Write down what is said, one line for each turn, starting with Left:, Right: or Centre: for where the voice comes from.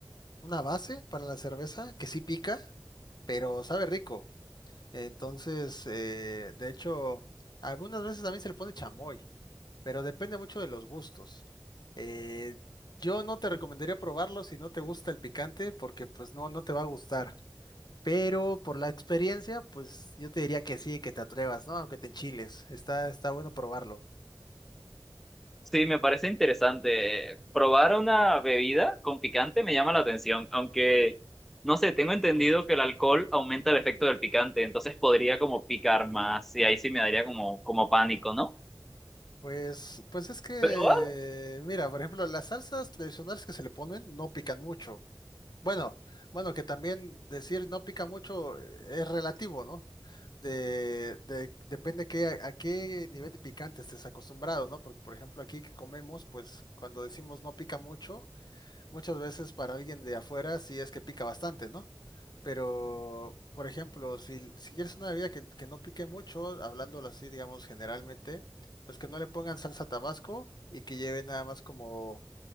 Left: una base para la cerveza que sí pica, pero sabe rico. Entonces, eh, de hecho, algunas veces también se le pone chamoy pero depende mucho de los gustos. Eh, yo no te recomendaría probarlo si no te gusta el picante, porque pues no, no te va a gustar. Pero por la experiencia, pues yo te diría que sí, que te atrevas, ¿no? Aunque te enchiles, está, está bueno probarlo.
Centre: Sí, me parece interesante. eh, Probar una bebida con picante me llama la atención, aunque no sé, tengo entendido que el alcohol aumenta el efecto del picante, entonces podría como picar más y ahí sí me daría como, como pánico, ¿no?
Left: Pues, pues es que,
Centre: Pero va,
Left: mira, por ejemplo, las salsas tradicionales que se le ponen no pican mucho. Bueno, bueno, que también decir no pica mucho eh, es relativo, ¿no? De, de- depende qué, a, a qué nivel de picante estés acostumbrado, ¿no? Porque, por ejemplo, aquí que comemos, pues cuando decimos no pica mucho, muchas veces para alguien de afuera sí es que pica bastante, ¿no? Pero, por ejemplo, si, si quieres una bebida que, que no pique mucho, hablándolo así, digamos, generalmente, pues que no le pongan salsa Tabasco y que lleve nada más como